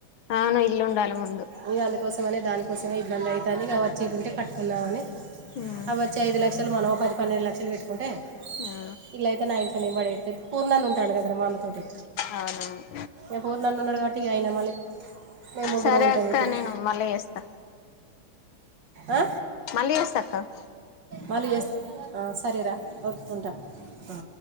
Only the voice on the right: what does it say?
ఇ అందుకోసమనే దానికోసమే ఇబ్బంది అయితది అని ఇక వచ్చేది ఉంటే కట్టుకున్నామని.
అవి వచ్చి ఐదు లక్షలు మనోహర్ పది పన్నెండు లక్షలు పెట్టుకుంటే
ఇలా అయితే నా ఇంటిట్ని ఏంబడే పూర్ణాలు ఉంటాయి కదా మాన్నతోటి
ఎపూర్ నన్ను ఉన్నాడు కాబట్టి అయన మళ్ళ మేము ముగ్గురం
ఉంటాము
ఇప్పుడు
ఆ
మళ్ళీ సరేరా ఒకే ఉంటా ఆ